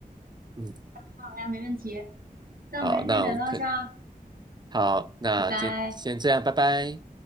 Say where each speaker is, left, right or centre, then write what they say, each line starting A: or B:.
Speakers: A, on the right; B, on the right.
A: 嗯，
B: 好呀，没问题。那我们先聊到这儿，
A: 好，那我可好，那今先这样，
B: 拜拜。
A: 拜拜。